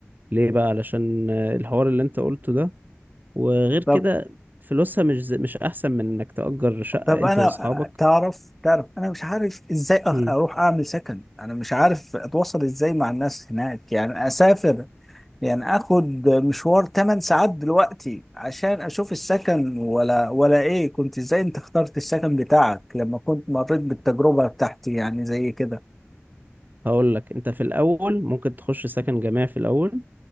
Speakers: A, on the right (about 40°); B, in the centre.
A: ليه بقى علشان آه، الحوار اللي انت قلته ده وغير
B: طب
A: كده فلوسها مش زي- مش احسن من انك تأجر شقة
B: طب
A: انت
B: انا
A: واصحابك
B: تعرف تعرف انا مش عارف ازاي أخ-
A: مم.
B: اروح اعمل سكن انا مش عارف اتواصل ازاي مع الناس هناك يعني اسافر يعني اخد مشوار 8 ساعات دلوقتي عشان اشوف السكن ولا ولا ايه كنت ازاي انت اخترت السكن بتاعك لما كنت مريت بالتجربة بتاعتي يعني زي كده
A: هقول لك انت في الاول ممكن تخش سكن جماعي في الاول